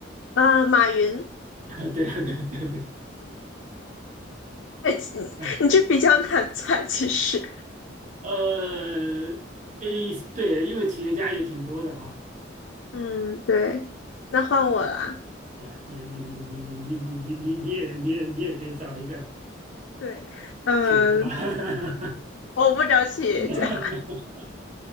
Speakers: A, on the left; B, on the right.
A: 啊，马云。
B: 啊对啊，对对对，
A: 哎，你你这比较难猜，
B: <laughs>
A: 其实。
B: 呃，诶，对，因为企业家也挺多的哈。
A: 嗯，对，那换我啦。
B: 啊，你你你你你你你你你你也你也你也可以找一个
A: 对，嗯，
B: 企业家
A: 我不找企业家，
B: <laughs>